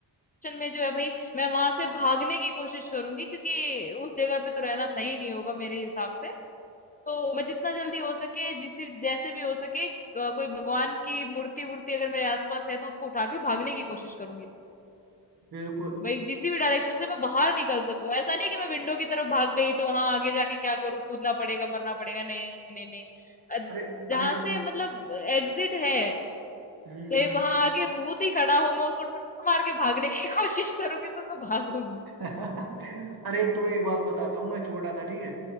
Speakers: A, on the left; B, on the right.
A: में जो है भाई मैं वहां से भागने की कोशिश करूंगी क्योंकि उस जगह पे तो रहना सही नहीं होगा मेरे हिसाब से तो मैं जितना जल्दी हो सके जिस जैसे भी हो सके अ, कोई भगवान की मूर्ति वूर्ति अगर मेरे आसपास है तो उसको उठा के भागने की कोशिश करूंगी
B: बिल्कुल
A: भाई किसी भी डायरेक्शन से मैं बाहर निकल सकूं ऐसा नहीं कि मैं विंडो की तरफ भाग गई तो वहां आगे जाके क्या करूं कूदना पड़ेगा मरना पड़ेगा नहीं नहीं नहीं अ,
B: अरे
A: जहां
B: अरे
A: से मतलब एग्जिट है
B: हम्म
A: तो वहां आगे भूत ही खड़ा हो मैं उसको टक्कर मार के भागने की <laughs> कोशिश करूंगी पर मैं भागूंगी
B: <laughs> अरे तुम्हें एक बात बताता हूँ मैं छोटा था ठीक है